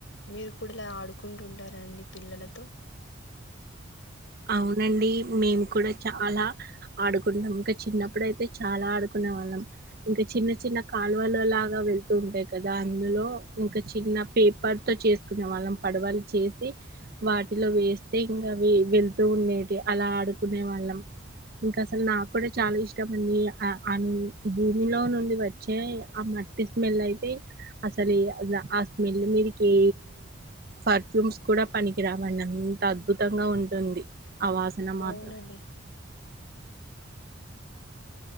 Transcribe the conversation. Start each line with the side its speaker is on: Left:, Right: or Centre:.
Left: మీరు కూడాలా ఆడుకుంటుంటారండి పిల్లలతో
Right: అవునండి మేము కూడా చాలా ఆడుకుంటాం ఇంకా చిన్నప్పుడు అయితే చాలా ఆడుకున్ ల ఇంకా చిన్న చిన్న కాలువలులాగా వెళ్తూ ఉంటాయి కదా అందులో ఇంకా చిన్న పేపర్ తో చేసుకునే వాళ్ళం పడవలు చేసి వాటిలో వేస్తే ఇంకా అవి వెళ్ తు ఉండేటి అలా ఆడుకునే వాళ్ళం ఇంకా అసలు నాకు కూడా చాలా ఇష్టం అండి ఆ భూమిలో నుండి వచ్చే అ మట్టి స్మెల్ అయితే అసలు ఆ స్మెల్ మీదికె ఫర్ఫ్యూమ్స్ కూడా పనికిరావండి అంత అద్భుతంగా ఉంటుంది ఆవాసన మాత్రం
Left: అవునండి